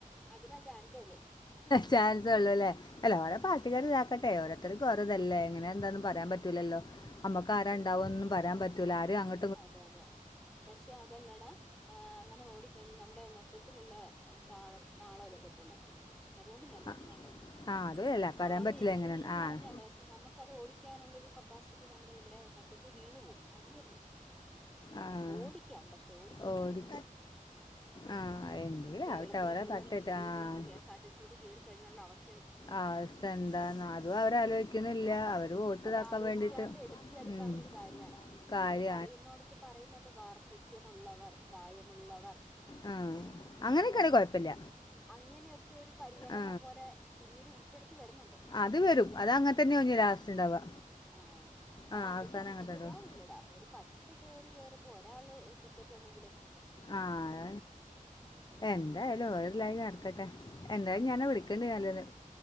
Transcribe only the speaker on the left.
ചാൻസ് ഉള്ളൂല്ലേ അല്ല ഓരോ പാർട്ടിക്കാർ ഇതാക്കട്ടെ ഓരോത്താരിക്കും ഓരോ ഇതല്ലേ എങ്ങനെ എന്താ ന്ന് ഒന്നും പറയാൻപറ്റ് പറ്റുല്ലല്ലോ നമ്മുക്ക് ആരാ
ണ്ടാവോന്നും പറയാൻ പറ്റൂല ആര് അങ്ങ
ആ,
ആ അതും അല്ല പറയാൻ
പറ്റില്ല എങ്ങനെയാണ്
ആ
ആഹ്
ഓടി
ആഹ് എന്തെങ്കില്ലവട്ടെ
അവരെ
തട്ടിട്ട്
ആഹ്
അവസ്ഥ എന്താ അതും അവര്
ആലോക്കാണില്ല അവര് വോട്ട്
ഇതാക്കാൻ
വേണ്ടിട്ട്
ഉം
കാര്യ
ആ അങ്ങനെയൊക്കെയാണെങ്കിൽ
കുഴപ്പമില്ല
ആ
അത്
വരും അത് അങ്ങനെ തന്നെ ഒന്ന്
ലാസ്റ്റ് ഉണ്ടാവുക
ആ
അവസാനം
അങ്ങനെ
തന്നെ ഉണ്ടാവുക.
ആഹ്
എന്തായാലും വേറെല്ലായും നടക്കട്ടെ എന്തായാലും
ഞാന്നെ വിളിക്കേണ്ട നല്ലന്ന്